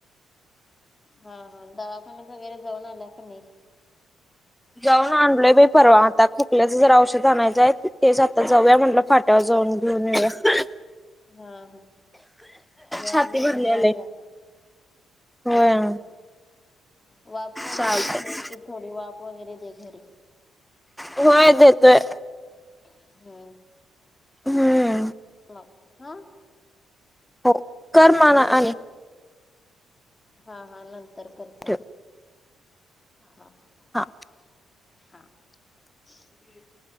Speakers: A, on the left; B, in the centre.
A: हा -हा दवाखान्याच वगैरे जाऊन आला काय नाही.
B: जाऊन आणलंय बाई परवा आता खोकल्याचं जर औषध आणायचंय तेच आता जाऊया म्हटलं फाट आता जाऊन घेऊन येऊया. <unintelligible>
A: हा- हा यायलोय
B: छाती भरली आलय
A: या या
B: होय
A: हा हा वाफ वगैरे
B: चालतंय
A: घे कि थोडी वाफ वगैरे दे घरी
B: होय देतोय.
A: हम्म!
B: हम्म!
A: मग हां
B: हो कर मगं
A: ठेवू
B: आणि
A: हा हा नंतर करतो.
B: ठेव
A: हा
B: हा
A: <inaudible> हा <unintelligible>